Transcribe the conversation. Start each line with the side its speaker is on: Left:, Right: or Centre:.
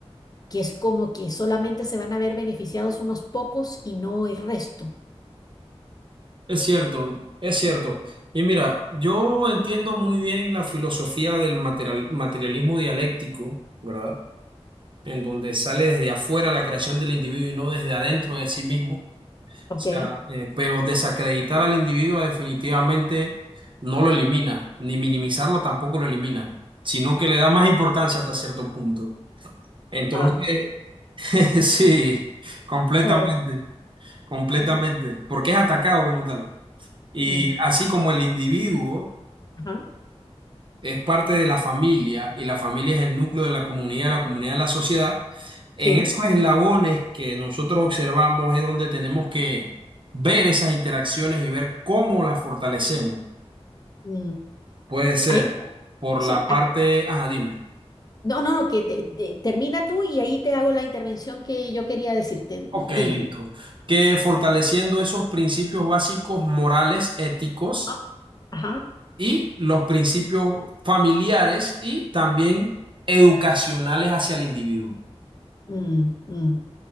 Left: que es como que solamente se van a ver beneficiados unos pocos y no el resto.
Right: Es cierto, es cierto. Y mira, yo entiendo muy bien la filosofía del material- materialismo dialéctico, ¿verdad? En donde sale desde afuera la creación del individuo y no desde adentro de sí mismo. O
Left: ¿Ok?
Right: sea, eh, pero desacreditar al individuo definitivamente no lo elimina, ni minimizarlo tampoco lo elimina, sino que le da más importancia hasta cierto punto. Entonces,
Left: Ah,
Right: <laughs> sí, completamente,
Left: claro.
Right: completamente,
Left: Sí, sí.
Right: porque es atacado como tal. Y
Left: Mm,
Right: así como el individuo.
Left: ajá.
Right: es parte de la familia y la familia es el núcleo de la comunidad, la comunidad de la sociedad. En
Left: Sí.
Right: esos eslabones que nosotros observamos es donde tenemos que ver esas interacciones y ver cómo las fortalecemos.
Left: mm.
Right: Puede ser
Left: Ahí,
Right: por
Left: sí.
Right: la parte,
Left: ah,
Right: ajá, dime.
Left: No, no, no, que te, te- termina tú y ahí te hago la intervención que yo quería decirte. D-
Right: Ok,
Left: Dime.
Right: listo. Que fortaleciendo esos principios básicos morales, éticos
Left: Ah, Ajá.
Right: y los principios familiares y también educacionales hacia el individuo.
Left: mm, mm.